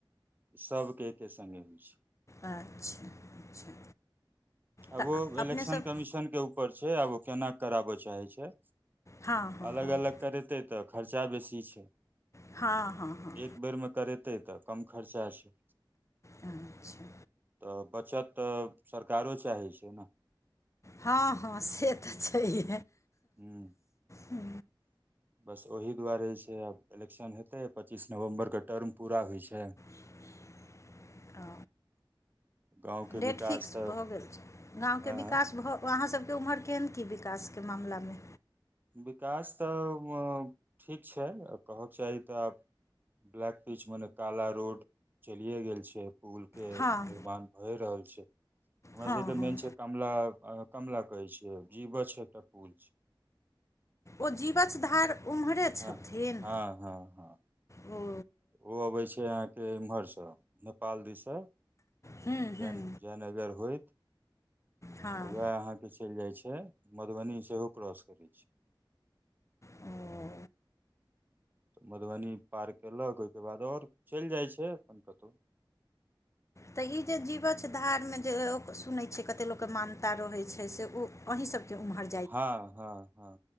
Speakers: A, on the right; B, on the left.
A: सभ के एके संगे होइ छै।
B: अच्छा अच्छा।
A: आब
B: तऽ
A: ओ इलेक्शन
B: अपने सब
A: कमीशन के ऊपर छैय आब ओ केना कराबय चाहै छै।
B: हँ हँ
A: अलग
B: हँ
A: अलग करेतै तऽ खर्चा बेसी छै।
B: हँ हँ हँ
A: एक बेर में करेतै तऽ कम खर्चा छै।
B: अच्छा
A: तऽ बचत तऽ सरकारो चाहै छै। न
B: हा ह से तऽ छैहे
A: हू
B: हँ
A: बस ओहि दुआरे जे छै। आब इलेक्शन हेतै पच्चीस नवम्बरके टर्म पूरा होइ छै।
B: <inaudible> ह
A: गाँव के
B: डेट
A: विकास
B: फिक्स
A: तऽ
B: भऽ गेल छैय गाँव के
A: अ
B: विकास भऽ ओ अहाँ सभके उम्हर केहन कि विकासके मामलामे
A: विकास तऽ ठीक छैय कहक चाही तऽ आब ब्लैक पिच मने काला रोड चलिए गेल छैय पुल के
B: हँ
A: निर्माण भए रहल छैय हमरा
B: हँ
A: सबके
B: हँ
A: मेन छैय कमला कमला कहे छिय जीवछ एकटा पुल छैय
B: ओ जीवछ धार ओम्हरे
A: हँ
B: छथिन
A: हँ हँ हँ
B: ओ
A: ओ अबै छैय अहाँके एम्हरसँ नेपाल दिससँ
B: हूँ हूँ
A: जयनगर होइत
B: हँ
A: वैहं से चैल जाइ छैय मधुबनी सेहो क्रॉस करै छैय
B: ओ
A: मधुबनी पार कयलक ओइके बाद और चैल जाइ छैय अपन कतो
B: तही जे जीवछ धार में जे सुनै छिय कते लोक के मानता रहे छैय से ओ अहीं सब के उम्हर
A: हँ हँ हँ